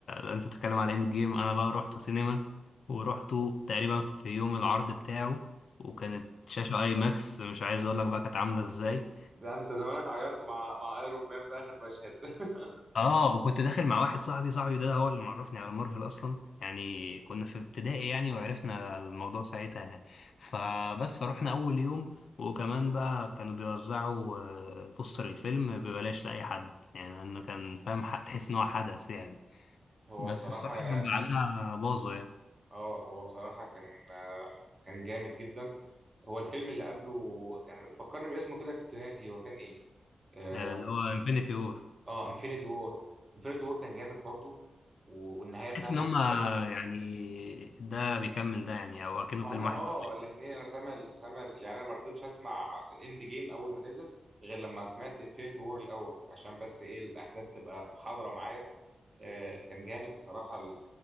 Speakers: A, on the left; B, on the right.
A: انت بتتكلم على اند جيم انا بقى رحت سينما ورحته تقريبا في يوم العرض بتاعه وكانت شاشة اي ماكس مش عايز اقول لك بقى كانت عاملة ازاي
B: ده أنت زمانك عيطت مع مع أيرون مان في آخر مشهد <laughs>
A: اه وكنت داخل مع واحد صاحبي صاحبي ده هو اللي معرفني على مارفل اصلا يعني كنا في ابتدائي يعني وعرفنا الموضوع ساعتها يعني فبس فروحنا اول يوم وكمان بقى كانوا بيوزعوا آه، بوستر الفيلم ببلاش لاي حد يعني انه كان فاهم ح- تحس ان هو حدث يعني
B: هو
A: بس
B: بصراحة
A: الصراحه كان
B: يعني
A: بعدها باظوا يعني
B: اه هو بصراحة كان آه، كان جامد جدا هو الفيلم اللي قبله كان فكرني باسمه كده كنت ناسي هو كان إيه آه،
A: آه، اللي هو انفينيتي وور
B: اه انفينيتي وور انفينيتي وور كان جامد برضو و- والنهايه بتاعته
A: تحس ان هما
B: كانت حلوه
A: يعني ده بيكمل ده يعني او اكنه
B: ما
A: فيلم
B: هم
A: واحد
B: اه الاثنين انا سامع ال- سامع ال- يعني انا ما رضيتش اسمع اند جيم اول ما نزل غير لما سمعت انفينيتي وور الاول عشان بس ايه الاحداث تبقى حاضره معايا آه كان جامد بصراحه ال-